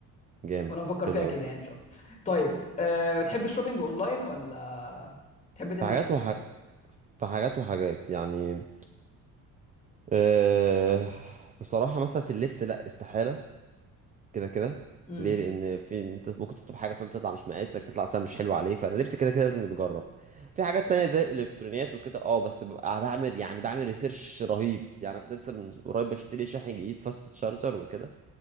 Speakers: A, on the right; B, on the left.
A: جامد
B: فانا بفكر
A: حلو
B: فيها
A: قوي
B: كده يعني مش اكتر طيب أه بتحب الشوبينج اونلاين ولا تحب تنزل
A: في حاجات
B: تشتري
A: وح...
B: حاجه
A: في حاجات وحاجات يعني أه... بصراحة مثلا في اللبس لا استحالة كده كده
B: امم
A: ليه لان في انت ممكن تطلب حاجه فاهم تطلع مش مقاسك تطلع سهل مش حلو عليك فانا لبسي كده كده لازم يتجرب في حاجات تانية زي الالكترونيات وكده اه بس ببقى بعمل يعني بعمل ريسيرش رهيب يعني كنت لسه من قريب بشتري شاحن جديد فاست تشارجر وكده